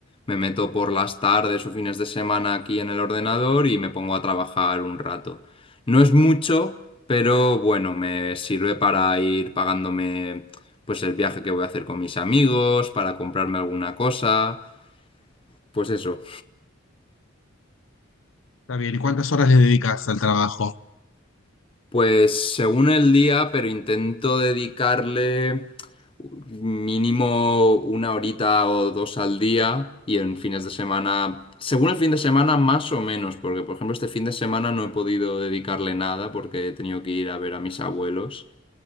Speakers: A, on the left; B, on the left.
A: me meto por las tardes o fines de semana aquí en el ordenador y me pongo a trabajar un rato. No es mucho, pero bueno, me sirve para ir pagándome pues el viaje que voy a hacer con mis amigos, para comprarme alguna cosa. Pues eso,
B: Está bien, ¿y cuántas horas le dedicas al trabajo?
A: Pues según el día, pero intento dedicarle mínimo una horita o dos al día y en fines de semana, según el fin de semana más o menos, porque por ejemplo este fin de semana no he podido dedicarle nada porque he tenido que ir a ver a mis abuelos,